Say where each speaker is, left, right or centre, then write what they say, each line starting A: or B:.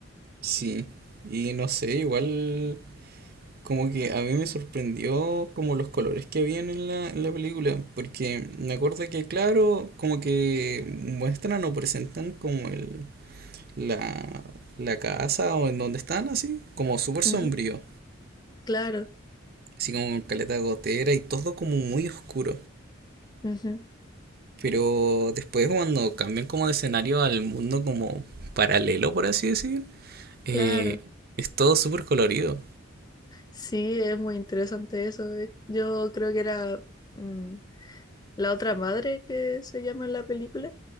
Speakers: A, on the right; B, on the left.
A: Sí. Y no sé, igual como que a mí me sorprendió como los colores que habían en la, en la película, porque me acuerdo que claro, como que muestran o presentan como el la, la casa o en donde están así, como súper sombrío,
B: Ujú, Claro,
A: así como con caleta de gotera y todo como muy oscuro.
B: ujú,
A: Pero después cuando cambian como de escenario al mundo como paralelo, por así decir, eh,
B: claro.
A: es todo súper colorido.
B: Sí, es muy interesante eso. eh. Yo creo que era mm, la otra madre que se llama en la película,